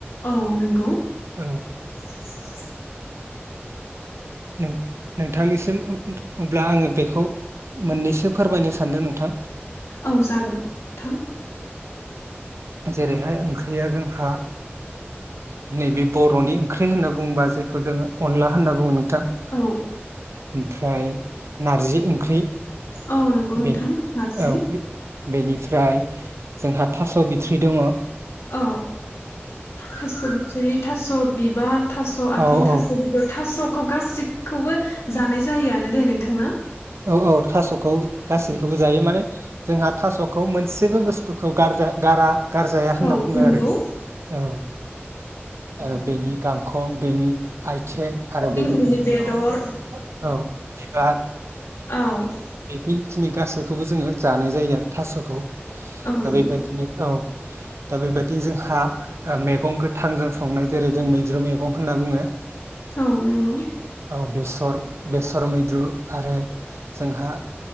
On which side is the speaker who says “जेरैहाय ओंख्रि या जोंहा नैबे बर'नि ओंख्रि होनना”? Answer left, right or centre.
Right